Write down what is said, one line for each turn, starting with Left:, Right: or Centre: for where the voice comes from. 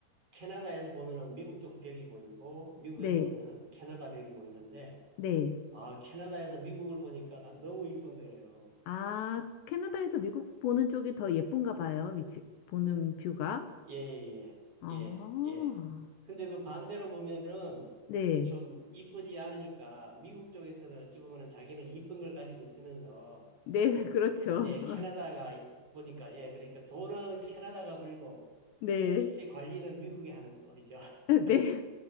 Right: 캐나다에서 보면은 미국 쪽 벽이 보이고 미국에서
Left: 네,
Right: 보면은 캐나다 벽이 보이는데
Left: 네.
Right: 아, 캐나다에서 미국을 보니까 너무 이쁜 거예요.
Left: 아, 캐나다에서 미국 보는 쪽이 더 예쁜가 봐요. 위치, 보는 뷰가.
Right: 예, 예,
Left: 아,
Right: 예, 예, 예. 근데 그 반대로 보면은
Left: 네,
Right: 좀 이쁘지 않으니까 미국 쪽에서는 어찌 보면은 자기는 이쁜 걸 가지고 있으면서
Left: 네, <laughs> 그렇죠.
Right: 이제
Left: <laughs>
Right: 캐나다가 보니까 예, 그러니까 돈은 캐나다가 벌고
Left: 네,
Right: 실제 관리는 미국이 하는 꼴이죠. <laughs>
Left: <laughs> 네.